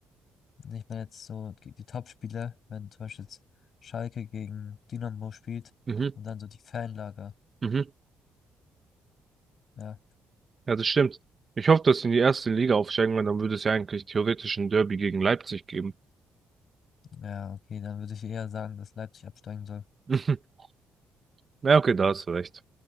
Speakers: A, on the left (about 60°); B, on the right (about 35°).
A: Ich meine jetzt so die die Topspiele, wenn zum Beispiel jetzt Schalke gegen Dynamo spielt
B: Mhm,
A: und dann so die Fanlager.
B: mhm.
A: Ja,
B: Ja, das stimmt. Ich hoffe, dass sie in die erste Liga aufsteigen, weil dann würde es ja eigentlich theoretisch ein Derby gegen Leipzig geben.
A: ja, okay, dann würde ich eher sagen, dass Leipzig absteigen soll.
B: <laughs> Na, okay, da hast du recht.